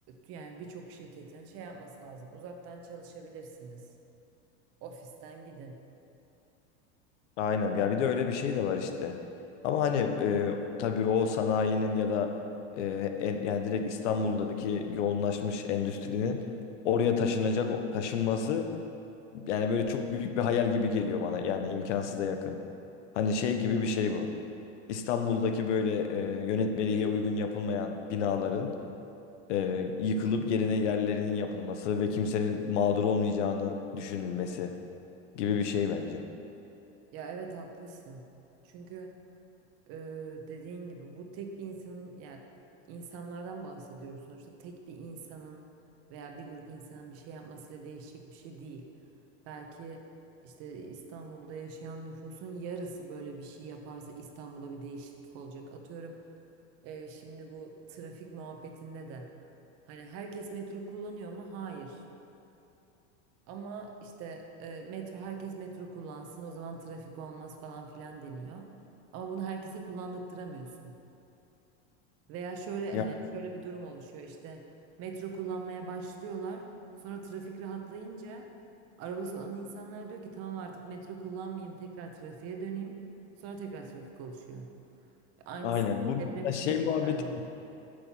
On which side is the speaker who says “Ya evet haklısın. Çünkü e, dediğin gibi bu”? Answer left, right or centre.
Right